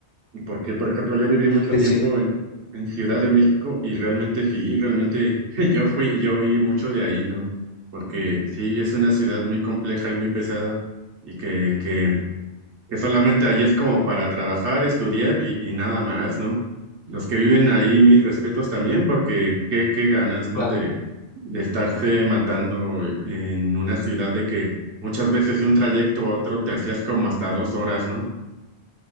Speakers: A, on the right; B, on the left.
A: Porque, por ejemplo, yo viví mucho
B: Sí,
A: tiempo
B: sí,
A: en, en Ciudad de México y realmente sí, realmente <laughs> yo fui, yo vi mucho de ahí, ¿no? Porque sí, es una ciudad muy compleja y muy pesada y que, que, que solamente ahí es como para trabajar, estudiar y, y nada más, ¿no? Los que viven ahí, mis respetos también, porque qué, qué ganas,
B: claro.
A: ¿no? De, de estarse matando en una ciudad de que muchas veces de un trayecto a otro te hacías como hasta dos horas, ¿no?